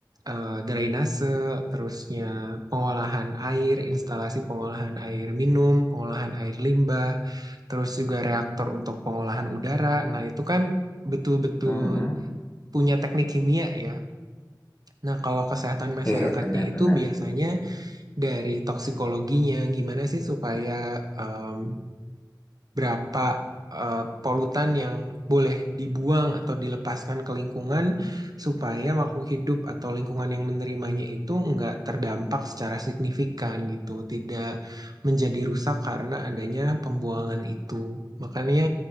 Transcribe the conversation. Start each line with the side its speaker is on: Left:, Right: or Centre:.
Right: eh, drainase, terusnya pengolahan air, instalasi pengolahan air minum, pengolahan air limbah, terus juga reaktor untuk pengolahan udara. Nah, itu kan betul-betul
Left: Mm-mm.
Right: punya teknik kimia ya. Nah, kalau kesehatan masyarakatnya
Left: Iya, benar-benar.
Right: itu biasanya dari toksikologinya, gimana sih supaya em, berapa eh, polutan yang boleh dibuang atau dilepaskan ke lingkungan supaya makhluk hidup atau lingkungan yang menerimanya itu nggak terdampak secara signifikan gitu, tidak menjadi rusak karena adanya pembuangan itu. Makanya